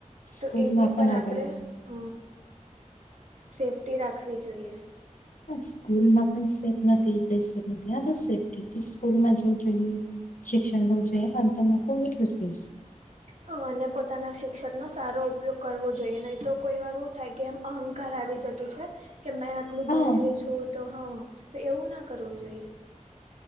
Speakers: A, on the right (about 60°); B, on the left (about 80°).
A: તો
B: સ્કૂલમાં
A: એની પણ આપણે
B: હવે
A: હ સેફ્ટી રાખવી જોઈએ.
B: હા સ્કૂલમાં પણ સેફ નથી કઈ સેફ નથી આ તો સેફ્ટી થી સ્કૂલમાં પણ જોઈએ. શિક્ષણ હોવું જોઈએ, અંતમાં તો હું એટલું જ કઈસ.
A: હા અને પોતાના શિક્ષણનો સારો ઉપયોગ કરવો જોઈએ નહીં તો કોઈ વાર હું થાય કે એમ અહંકાર આવી જતું છે કે મેં હું
B: હા
A: ભણેલી છું. તો હા તો એવું ના કરવું જોઈએ.